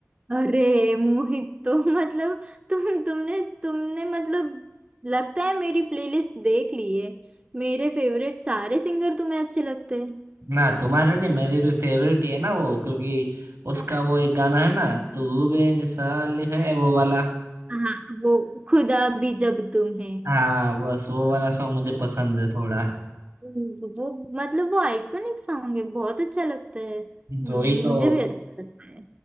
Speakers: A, on the right; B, on the right.
A: अरे मोहित तो <laughs> मतलब तुम तुमने तुमने मतलब लगता है मेरी प्लेलिस्ट देख ली है मेरे फेवरेट सारे सिंगर तुम्हें अच्छे लगते हैं
B: ना तुम्हारा नहीं मेरी भी फेवरेट ही है ना वो क्योंकि उसका
A: हाँ
B: वो एक गाना है ना तू बेमिसाल है वो वाला
A: हाँ, वो खुदा भी जब तुम है
B: हाँ बस वो वाला सॉन्ग मुझे पसंद है थोड़ा
A: वो मतलब वो आइकॉनिक सॉन्ग है बहुत अच्छा लगता है
B: जो
A: मुझे
B: ही तो
A: भी अच्छा लगता है